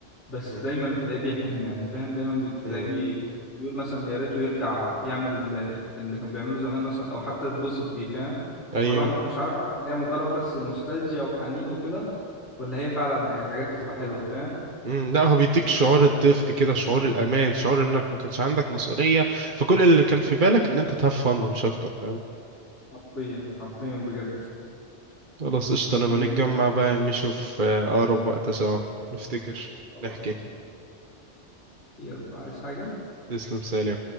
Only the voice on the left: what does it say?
بس
دايما تلاقيه بيحن يعني فاهم دايما بتلاقيه
بي- بيقول مثلا يا ريته يرجع يعمل اللي, اللي كان بيعمله زمان مثلا او حتى يتبسط بيه فاهم
هو الواحد مش عارف عشان هي مجرد بس نوستالجيا وحنين وكده ولا هي فعلا هي حاجات بتبقى حلوة فاهم
حرفيا حرفيا بجد
المهم
خلاص
يلا عايز حاجة